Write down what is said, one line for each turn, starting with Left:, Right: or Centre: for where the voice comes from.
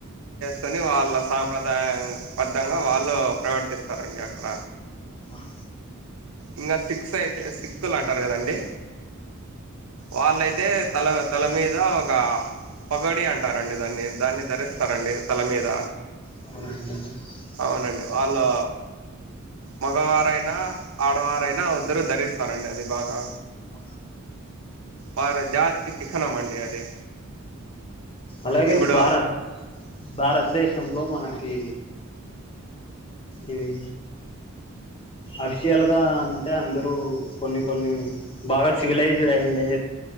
Right: కని వాళ్ళ సాంప్రదాయం బద్ధంగా వాళ్ళు ప్రవర్తిస్తారండి అక్కడ
Left: అహ్
Right: ఇంగ సిక్స్ యి టే సిక్కులు అంటారు కదండి వాళ్ళయితే తల తల మీద ఒక పొగడి అంటారండి దాన్ని దాన్ని ధరిస్తారండి తల మీద
Left: అవునంట
Right: అవునండి వాళ్ళు మగవారైనా ఆడవారైనా అవు ఇద్దరు ధరిస్తారండి అది బాగా
Left: అ
Right: వారు జాతికి చిహ్నం అండి అది
Left: అలాగే
Right: ఇప్పుడు
Left: భారత్ భారత దేశ విషయం లో మనకి ఇవి అఫిషియల్గా అంటే అందరూ కొన్ని కొన్ని బాగా సివిలైజ్డ్ అయిండే